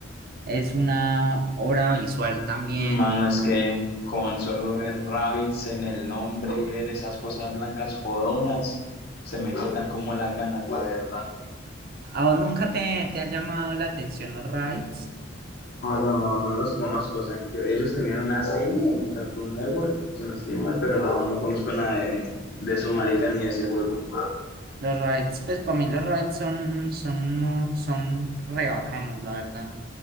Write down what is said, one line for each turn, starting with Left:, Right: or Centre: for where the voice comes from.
Right: es una obra visual también.
Left: Mano, es que con solo ver rabbits en el nombre y ver esas cosas blancas jodonas, se me quitan como las ganas, la verdad.
Right: ¿A vos nunca te, te ha llamado la atención los Rabbids?
Left: Mano, no, no no los conozco, o sea, que ellos tenían una serie en Cartoon Network, si no estoy mal, pero no, no conozco nada de, de esos maricas ni de ese juego.
Right: Los rides, pues para mí los rides son, son, uno- son re bacanos, la verdad.